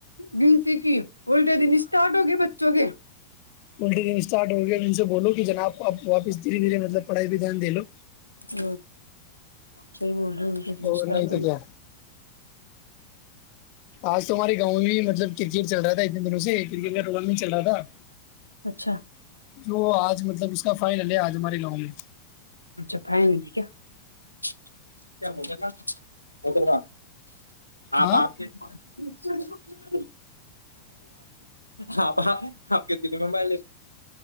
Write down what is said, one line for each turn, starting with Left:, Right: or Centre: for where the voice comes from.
Right: گنتی کی وہٹا د اسٹارٹ ہوگے بچو گ
Left: الٹے دن اسٹارٹ ہو گیا ان سے بولو کہ جناب آپ واپس دھیرےھیے مطلب پڑھائی بھیدان دلو
Right: ا ج سی بول رہے ہو الٹے دن
Left: اور
Right: اسٹارٹ
Left: نہیں تو
Right: ہو
Left: کیا
Right: گئے
Left: آج تو ہماریے گاؤں ہی میں مطلب کرکٹ چل رہا تھا اتنے دنوں سے کرکٹ میں ر نہیں چل رہا تھا
Right: اچھا
Left: تو آج مطلب اس کا فائنل ہے آج ہم ہمارے گاؤں میں
Right: اچھا فائنلی کیا م گا م گ آپ
Left: ہاں
Right: آپ کے ج آپپ آپ کے دللی میںبل